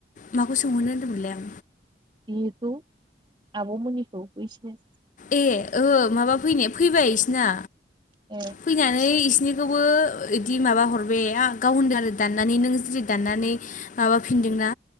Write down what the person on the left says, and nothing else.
माखौ सोंहरनो होनदोंमोनलै आं
ए ओ माबा फैनाया फैबाय बिसिना
फैनानै एसिनिखौबो एदि माबा हरबाय गाव होनदों आरो दाननानै नों जुदि दाननानै माबाफिनदोंना